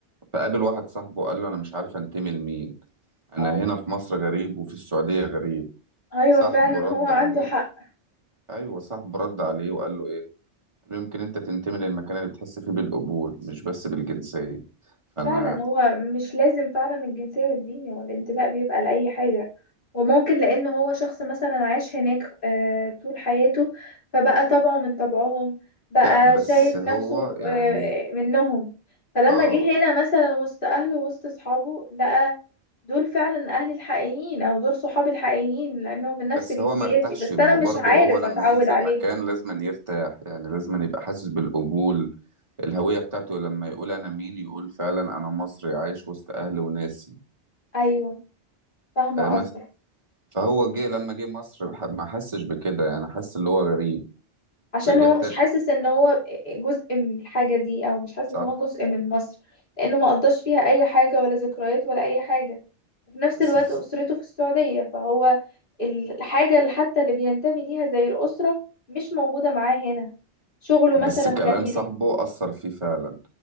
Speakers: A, on the right (about 25°); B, on the left (about 50°).
A: فقابل واحد صاحبه قال له انا مش عارف انتمي لمين انا
B: أو-
A: هنا في مصر غريب وفي السعودية غريب
B: ايوه
A: صاحبه
B: فعلا
A: رد
B: هو عنده
A: عليه
B: حق
A: ايوه صاحبه رد عليه وقال له ايه قالوا يمكن انت تنتمي للمكان اللي بتحس فيه بالقبول مش بس بالجنسية فانا
B: فعلا هو مش لازم فعلا الجنسية والدين هو الانتماء بيبقى لأي حاجة وممكن لأن هو شخص مثلا عاش هناك آه، طول حياته فبقى طبعه من طبعهم بقى
A: لا بس
B: شايف
A: هو
B: نفسه
A: يعني
B: آه، منهم فلما
A: اه
B: جه هنا مثلا وسط أهله وسط أصحابه لقى دول فعلا أهلي الحقيقيين أو دول صحابي الحقيقيين لأنهم من نفس
A: بس
B: جنسيتي
A: هو مرتاحش
B: بس
A: ما
B: أنا
A: هو
B: مش
A: برضه
B: عارف
A: هو لما
B: أتعود
A: ينزل
B: عليه
A: مكان لازم يرتاح يعني لازم يبقى حاسس بالقبول الهوية بتاعته لما يقول انا مين يقول فعلا انا مصري عايش وسط اهلي وناسي
B: أيوه فاهمة
A: فاهم؟
B: قصدك
A: فهو جه لما جه مصر ح- ما حسش بكده يعني حس اللي هو غريب
B: عشان
A: رجع
B: هو
A: تاني
B: مش حاسس ان هو جزء من الحاجة دي او مش حاسس
A: صح
B: ان هو جزء من مصر لانه ما قضاش فيها اي حاجة ولا ذكريات ولا اي حاجة وفي نفس
A: بس
B: الوقت
A: ف...
B: اسرته في السعودية فهو الحاجة اللي حتى اللي بينتمي ليها زي الاسرة مش موجودة معاه هنا شغله
A: بس
B: مثلا
A: كلام
B: كان
A: صاحبه أثر فيه فعلا